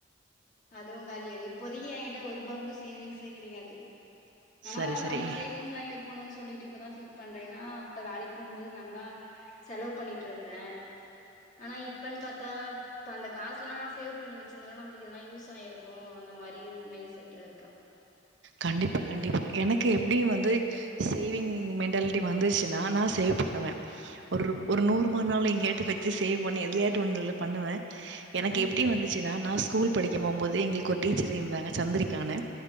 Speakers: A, on the left; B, on the right.
A: அதுவு காலியாயி இப்போதைக்கி எங்கிட்ட ஒரு ரூபாய் கூட சேவிங்ஸே கிடையாது ஆனா
B: சரி, சரி.
A: ரொம் சேவிங்ஸ் த்லா இருக்கணுன் சொல்லிட்டு இப்பதா ஃபீல் பண்றே ஏன்னா அப்ப வேலைக்கு போம்போது நல்லா செலவு பண்ணிட்ருந்தே ஆனா இப்பன் பாத்தா இப்ப அந்த காசுலா சேவ் பண்ணி வச்சிருந்தனா நம்மளுக்கு எதனா யூஸ் ஆயிருக்கு அந்த மாரி மைண்ட் செட்ல இருக்கே
B: கண்டிப்பா கண்டிப்பா எனக்கு எப்டி வந்து சேவிங் மென்டாலிட்டி வந்துருச்சின்னா நா சேவ் பண்ணுவே ஒர்ரு ஒரு நூற்ரூபானாலு எங்கயாட்ட வச்சி சேவ் பண்ணி எதுலையாட்டுல ஒண்ணுல பண்ணுவே எனக்கு
A: ம்
B: எப்டி வந்துச்சினா நா ஸ்கூல் படிக்க போம்போது எங்களுக்கு ஒரு டீச்சர இருந்தாங்க சந்திரிகானு